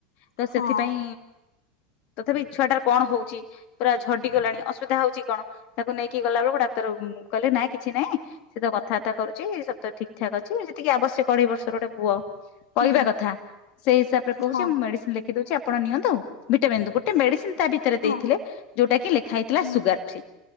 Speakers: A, on the left; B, on the left.
A: ତ
B: ହଁ
A: ସେଥିପାଇଁ ତଥାପି ଛୁଆଟାର କଣ ହଉଚି ପୁରା ଝଡିଗଲାଣି ଅସୁବିଧା ହଉଚି କଣ ତାକୁ ନେଇକି ଗଲା ବେଳୁକୁ ଡାକ୍ତର କହିଲେ ନାଇଁ କିଛି ନାହିଁ ସେ ତ କଥାବାର୍ତା କରୁଚି ସବୁ ତ ଠିକ୍ ଠାକ୍ ଅଛି, ମୁଁ ଯେତିକି ଆବଶ୍ୟକ ଅଢେଇ ବର୍ଷର ଗୋଟେ ପୁଅ କହିବା
B: ହୁଁ
A: କଥା ସେଇ ହିସାବରେ କହୁଚି,
B: ହଁ
A: ମୁଁ ମେଡିସିନ୍ ଲେଖିଦଉଚି ଆପଣ ନିଅନ୍ତୁ। ଭିଟାମନ୍ ଗୋଟେ ମେଡିସିନ୍ ତା ଭିତେରେ
B: ହଁ
A: ଦେଇଥିଲେ ଯୋଉଟା କି ଲେଖା ହେଇଥିଲା
B: ହଁ
A: ସୁଗାର୍ ଫ୍ରି।